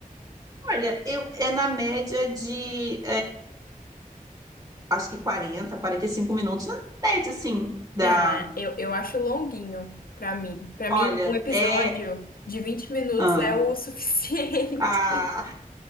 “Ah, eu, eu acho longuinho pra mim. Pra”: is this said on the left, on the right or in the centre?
Left